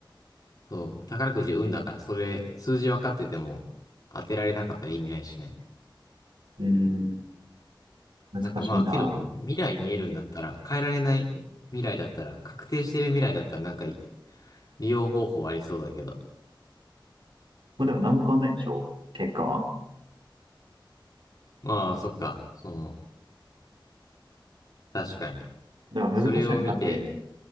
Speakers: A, on the left; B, on the right.
A: そう、宝くじ運だから、それ、数字分かってても当てられなかったら意味ないしね。
B: うーん、難しいな。
A: なんかまあ、けど、未来見えるんだったら、変えられない未来だったら、確定してる未来だったら、なんか、利用方法ありそうだけど。
B: まあ、でも何も変わんないでしょ結果は。
A: まあ、そっか、その、確かに。
B: だから難しいよね。
A: それを見て、
B: だって、